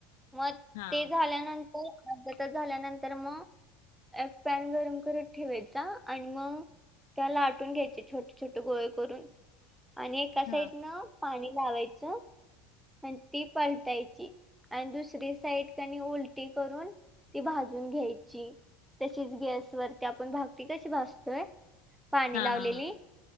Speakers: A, in the centre; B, on the left.
A: मग
B: हा
A: ते झाल्यानंतर अर्धा तास झाल्यानंतर मग एक पॅन गरम करत ठेवायचा आणि मग त्या लाटुन घ्यायचे छोटे छोटे गोळे करून आणि एका
B: हा
A: साइडन पाणी लावायचं ती पलटायची आणि दुसरी साइड त्यांनी उलटी करून ती भाजून घ्यायची तशीच गॅस वरती आपण भाकरी कशी भासतोय पाणी
B: हा
A: लावलेली
B: हा हा